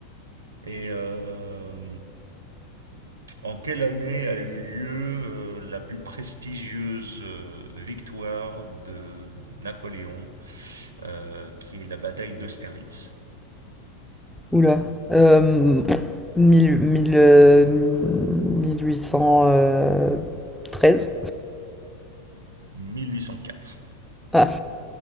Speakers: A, on the right; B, in the centre.
A: Et euh, en quelle année a eu lieu euh, la plus prestigieuse euh, victoire de Napoléon, euh, qui est la bataille d'Austerlitz
B: Oula. Euh, mille- mille, euh, 1813?
A: 1804.
B: Ah,